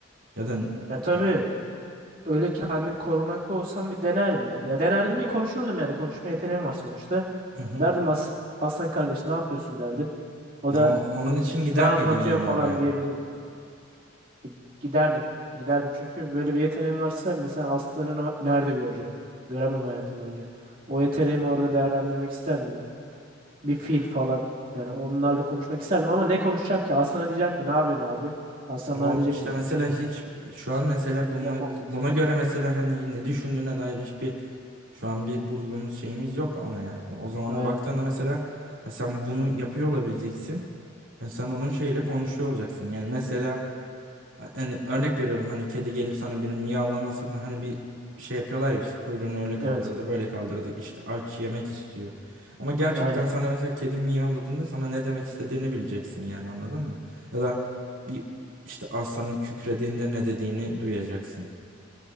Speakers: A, on the right; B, on the right.
A: ya da
B: Ya tabii
A: yani,
B: öyle ki kendim korunaklı olsam bir denerdim ya. Ya denerdim mi konuşurdum yani. Konuşma yeteneğim var sonuçta.
A: hı hı.
B: Derdim As Aslan kardeş ne yapıyorsun derdim. O
A: Ya
B: da
A: on- onun için gider
B: ne anlatıyorsun
A: miydin yani
B: falan
A: oraya?
B: diyebilirdi. E, Giderdim. Giderdim çünkü böyle bir yeteneğim varsa mesela aslanı no- nerede göreceğim? Göremem hayatım boyunca. O yeteneğimi orada değerlendirmek isterdim. Bir fil falan. Yani onlarla konuşmak isterdim ama ne konuşacağım ki? Aslana diyeceğim ki ne yapıyorsun abi? Aslan
A: O
B: bana diyecek
A: işte
B: ki
A: mesela hiç şu an mesela buna
B: defol git.
A: buna göre mesela hani ne düşündüğüne dair hiçbir şu an bir bulgumuz şeyimiz yok ama yani o, o zaman
B: Aynen.
A: baktığında mesela e, sen bunu yapıyor olabileceksin. Yani sen onun şeyle konuşuyor olacaksın. Yani mesela Hani örnek veriyorum hani kedi gelip sana bir miyavlamasını hani bir şey yapıyorlar ya işte kuyruğunu öyle kaldırdı
B: Evet.
A: böyle kaldırdı işte aç yemek istiyor. Ama gerçekten
B: Aynen.
A: sana mesela kedi miyavladığında sana ne demek istediğini bileceksin yani anladın mı? Ya da bir işte aslanın kükrediğinde ne dediğini duyacaksın.